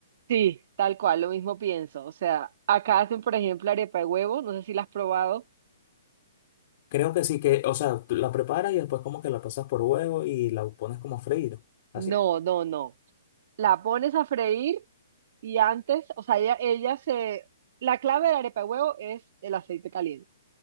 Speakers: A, on the right; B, on the left.
A: Sí, tal cual, lo mismo pienso. O sea, acá hacen, por ejemplo, arepa de huevo, no sé si la has probado.
B: Creo que sí que, o sea, tú la preparas y después como que la pasas por huevo y la pones como a freír. Así.
A: No, no, no. La pones a freír y antes, o sea, ella, ella se... La clave de la arepa de huevo es el aceite caliente.